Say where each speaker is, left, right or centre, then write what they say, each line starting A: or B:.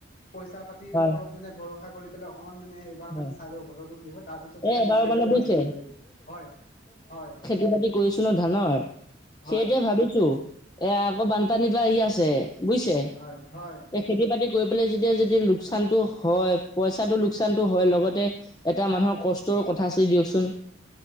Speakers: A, on the left (about 45°); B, on the left (about 20°).
A: পইচা-পাতিৰ
B: হয়
A: ওপৰত মানে ভৰসা কৰি পেলে অকমান। মানে এইবাৰ
B: হয়
A: মানে চাই লওঁ বতৰটো কি হয় তাৰ পিছত চাগে
B: এ এবাৰ
A: মই চাগে
B: মানে বুজিছে
A: বাকী খিনি কৰিম হয় হয়।
B: পতি কৰিছোঁ নহ ধানৰ
A: হয়
B: সেইটোৱে ভাবিছোঁ এ আকৌ বানপানীটো আহি আছে। বুজিছে এই
A: হয় হয়
B: খেতি-বাতি কৰি পেলাই যেতিয়া যেতিয়া লোকচানটো হয় পইচাটো লোকচান। ছানটো হয় লগতে এটা মানুহৰ কষ্টৰো কথা আছিল দিয়কচোন।